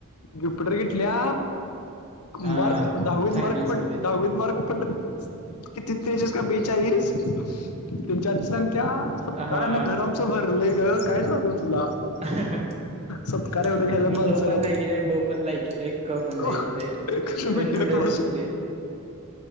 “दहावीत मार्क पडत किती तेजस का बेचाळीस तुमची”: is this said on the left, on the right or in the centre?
Left